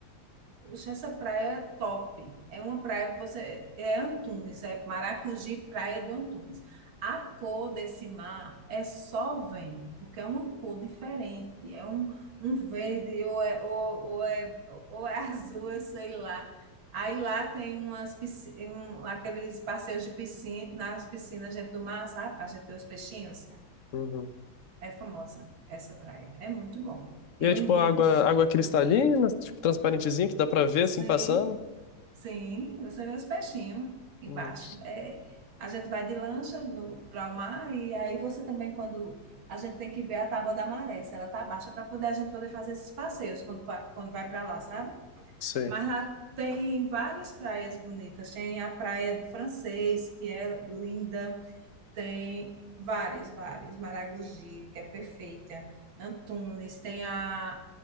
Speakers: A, on the right; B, on the left.
A: Poxa, essa praia é top. É uma praia que você. É Antunes, é Maracujá, Praia do Antunes. A cor desse mar é só vendo, porque é uma cor diferente. É um, um verde, ou é, ou, ou é, ou é <laughs> azul, eu sei lá. Aí lá tem umas, pisci- um, aqueles passeios de piscina, nas piscinas dentro do mar, sabe? Para a gente ver os peixinhos.
B: Uhum.
A: É famosa essa praia. É muito bom. Eu
B: E é tipo
A: indico,
B: água, água cristalina, tipo, transparentezinha, que dá pra ver
A: sim.
B: assim passando?
A: Sim, você vê os peixinhos embaixo.
B: Uhum.
A: É, a gente vai de lancha para o mar e aí você também, quando a gente tem que ver a tábua da maré, se ela tá baixa, para poder a gente poder fazer esses passeios quando, fa- quando vai para lá, sabe?
B: Sei.
A: Mas lá tem várias praias bonitas. Tem a Praia do Francês, que é linda. Tem vários, vários. Maragogi, que é perfeita. Antunes, tem a,